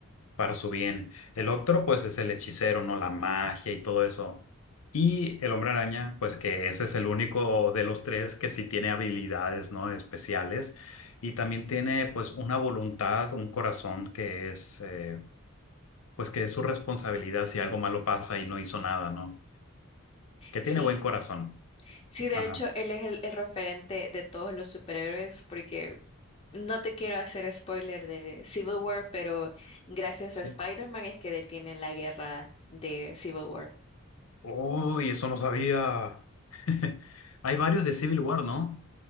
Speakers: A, on the left; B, on the left.
A: para su bien. El otro, pues, es el hechicero, ¿no? La magia y todo eso. Y el hombre araña, pues, que ese es el único de los tres que sí tiene habilidades, ¿no? Especiales. Y también tiene, pues, una voluntad, un corazón que es, eh, pues, que es su responsabilidad si algo malo pasa y no hizo nada, ¿no? Que
B: Sí,
A: tiene buen corazón.
B: sí, de
A: Ajá,
B: hecho, él es el, el referente de todos los superhéroes, porque no te quiero hacer spoiler de Civil War, pero gracias
A: sí.
B: a Spider-Man es que detienen la guerra de Civil War.
A: Uy, eso no sabía. <laughs> Hay varios de Civil War, ¿no?